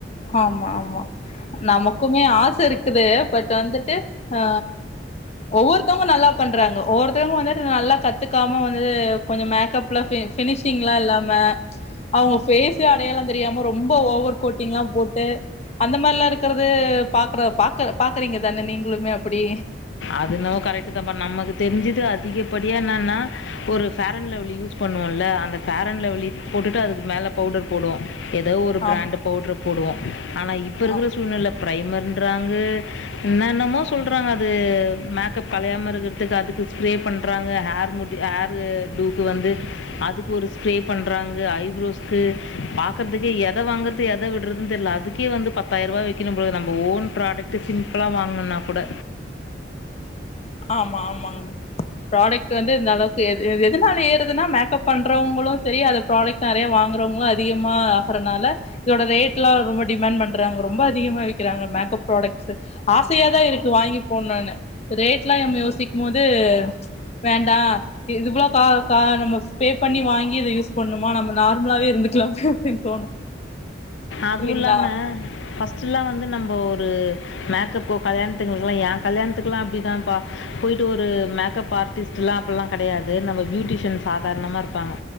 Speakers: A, on the left; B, on the left.
A: ஆமா ஆமா நமக்குமே ஆச இருக்குது பட் வந்துட்டு அ ஒவ்வொருத்தவங்க நல்லா பண்றாங்க ஒவ்வொருத்தவங்களு வந்து நல்லா கத்துக்காம வந்து கொஞ்ச மேக்கப் ப்பலா பெ ஃபினிஷிங்லா இல்லாம அவங்க ஃபேஸே அடையாளம் தெரியாம ரொம்ப ஓவர் கோட் டிங்ளா போட்டு அந்த மார்லா இருக்கறது பாக்குற பாக்க பாக்குறீங்க தானே நீங்களுமே அப்டி
B: அது என்னவோ கரெக்ட்டுதாப்பா நமக்கு தெரிஞ்சது அதிகப்படியானானா ஒரு ஃபேரன் லவ்லி யூஸ் பண்ணுவோம்ல அந்த ஃபேரன் லவ்லி போட்டுட்டு அதுக்கு மேல பவுடர் போடுவோ எதோ ஒரு பிராண்டுப்
A: ஆம்
B: பவுட்ரப் போடுவோ ஆனா இப்ப இருகற
A: ஆம்
B: சூழ்நெலப் பிரைமர்ன்றாங்கே என்னென்னமோ சொல்றாங்க அ து மேக்கப் கலையாம இருக்றதுக்கு அதுக்கு ஸ்ப்ரே பண்ணுறாங்க ஹேர் முட்டு ஹேரு டூக்கு வந்து அதுக்கு ஒரு ஸ்ப்ரே பண்றாங்க ஐப்ரோஸ்க்கு பாக்கர்துக்கே எத வாங்கர்து எத விட்றதுன் தெர்ல அதுக் கே வந்து பத்தாயிரபா வெக்கிணும் போல நம்ம ஓன்ப்ரோன்டெக்ட்டு சிம்பிளா வாங்னுன்னாக் கூட
A: ஆமா ஆமாங் ப்ராடக்ட்டு வந்து இந்தந்தளவுக்கு எத் எ எதுனால ஏறுதுனா மேக்கப் பண்றவுங்களு செரி அதப் ப்ராடக்ட் நெறைய வாங்றவுங்ளு அதிகமா ஆகறனால இதோட ரேட்லா ரொம்ப டிமண்ட் பண்றாங்க ரொம்ப அதிகமா விக்கறாங்க மேக்கப் ப்ராடக்ட்ஸ்சு ஆசையாதா இருக்கு வாங்கி போண்னுனு ரேட்லா எம் யோசிக்மோது வேண்டா இது போல கா கா நம்ம பெ பண்ணி வாங்கி இத யூஸ் பண்ணுமா நம்ம நார்ம்லாவே இருந்துக்லாம் பி பின் தோணு
B: அதுவு
A: இல்லைங்களா
B: இல்லாம ஃபஸ்ட்டுலா வந்து நம்ப ஒரு மேக்கப்கு கல்யாண்த்துங்கலுக்லா ஏங் கல்யாண்த்துக்லா அப்டிதாப்பா போயிட்டு ஒரு மேக்கப் ஆர்டிஸ்ட் ட்லா அப்புல்லா கெடையாது நம்ம பியூட்டிஷியன் சாதாரணமா இருப்பாங்க